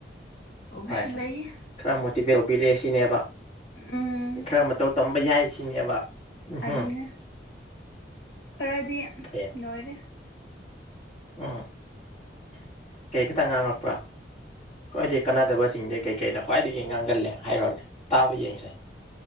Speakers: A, on the left; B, on the left.
A: ꯇꯧꯕꯁꯨ
B: ꯍꯣꯏ
A: ꯂꯩꯌꯦ
B: ꯈꯔ ꯃꯣꯇꯤꯚꯦꯠ ꯇꯧꯕꯤꯔꯛꯑꯦ ꯁꯤꯅꯦꯕ
A: ꯎꯝ
B: ꯈꯔ ꯃꯇꯧ ꯇꯝꯕ ꯌꯥꯏ ꯁꯤꯅꯦꯕ ꯎꯝꯍꯨꯝ
A: ꯑꯗꯨꯅꯦ ꯈꯔꯗꯤ
B: ꯐꯩꯌꯦ
A: ꯂꯣꯏꯔꯦ
B: ꯎꯝ ꯀꯩ ꯈꯤꯇꯪ ꯉꯥꯡꯉꯛꯄ꯭ꯔꯥ ꯈ꯭ꯋꯥꯏꯗꯒꯤ ꯀꯥꯟꯅꯗꯕꯁꯤꯡꯗꯤ ꯀꯩꯀꯩꯅ ꯈ꯭ꯋꯥꯏꯗꯒꯤ ꯉꯥꯡꯒꯜꯂꯦ ꯍꯥꯏꯔꯣꯅꯦ ꯇꯥꯕ ꯌꯦꯡꯁꯦ